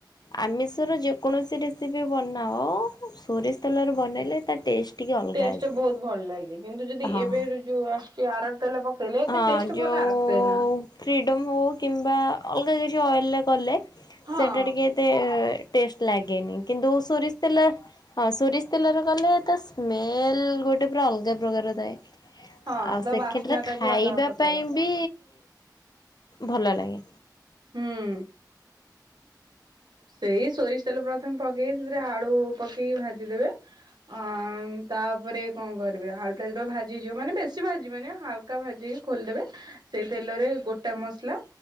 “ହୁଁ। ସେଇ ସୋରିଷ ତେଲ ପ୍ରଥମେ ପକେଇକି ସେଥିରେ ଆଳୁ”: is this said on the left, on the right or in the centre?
Right